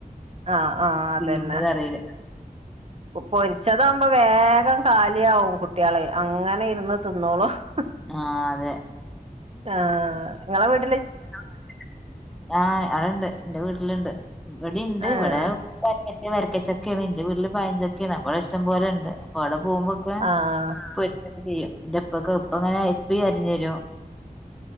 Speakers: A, on the right; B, in the centre.
A: ആഹ് ആഹ അതന്നെ
B: തീരുന്നത് അറിയില്ല
A: പൊരി ചതകുമ്പോ വേഗം കാലിയ ആാവും കുട്ടികള്അങ്ങനെ ഇരുന്ന് തിന്നോളു. ഹ
B: ആഹ് അതെ
A: ആ നിങ്ങളെ വി
B: <inaudible> ആഹ് അടെണ്ട് എൻ്റെ വീട്ടിലുണ്ട്. ഇവിടെ ഉണ്ട്
A: ആഹ്
B: ഇവിടെ വര വരക്കച്ചൊക്കെയാണ് ഇന്റെ വീട്ടില് പായഞ്ചൊക്കെയാണ് അവിടെ ഇ ഷ്ടം പോലെ ഉണ്ട് അപ്പൊ അവിടെ പോകുമ്പോക്കെ
A: ആഹ്
B: ആ പൊരി ചെയ്യും എന്റെപ്പൊക്കെ ഇപ്പ അങ്ങനെ <unintelligible>